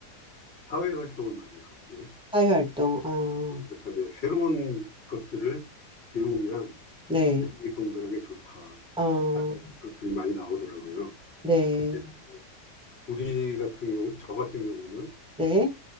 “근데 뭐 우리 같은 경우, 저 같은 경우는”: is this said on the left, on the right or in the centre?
Left